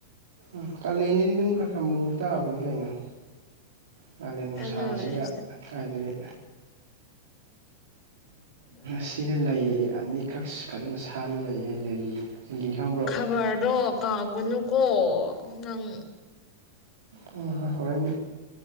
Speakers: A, on the right; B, on the left.
A: ꯑ ꯀꯥꯂꯦꯟꯅꯤꯗꯤ ꯑꯗꯨꯝ ꯈꯔ ꯈꯔ ꯃꯨꯕ ꯇꯥꯕꯅꯤ ꯀꯩꯅꯣ ꯀꯥꯂꯦꯟ ꯅꯨꯡꯁꯥꯁꯤꯒ
B: ꯑꯗꯨ ꯑꯣꯏꯔꯁꯨ
A: ꯀꯥꯏꯗꯒꯤ
B: <unintelligible>
A: ꯑꯁꯤꯗ ꯂꯩ ꯑꯅꯤꯈꯛ ꯐꯖꯅ ꯁꯥꯠꯂ ꯂꯩꯌꯦ ꯂꯤꯂꯤ ꯂꯤꯂꯤ ꯈꯪꯕꯔꯣ
B: ꯈꯕꯔꯗꯣ ꯀꯥꯎꯒꯅꯨꯀꯣ ꯅꯪ
A: ꯍꯣꯏ ꯍꯣꯏ ꯍꯣꯔꯦꯟ